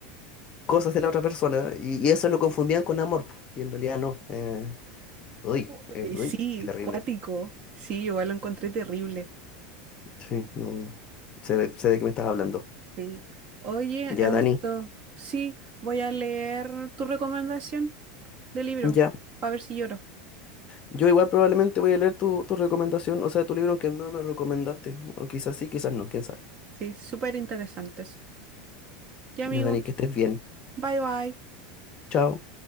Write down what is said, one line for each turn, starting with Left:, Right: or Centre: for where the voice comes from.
Left: cosas de la otra persona y, y eso lo confundían con amor, po, y en realidad no. Eh, uy,
Right: Oh,
Left: eh,
Right: eh,
Left: uy,
Right: Sí,
Left: qué terrible.
Right: cuático. Sí, igual lo encontré terrible.
Left: Sí, no, sé de, sé de qué me estás hablando.
Right: Sí. Oye,
Left: Ya, Dani,
Right: esto, sí, voy a leer tu recomendación de libro,
Left: ya.
Right: para ver si lloro.
Left: Yo igual probablemente voy a leer tu, tu recomendación, o sea, tu libro que no me recomendaste. O quizás sí, quizás no, quién sabe.
Right: Sí, súper interesantes. Ya, amigo,
Left: Ya, Dani, que estés bien.
Right: bye bye.
Left: Chao.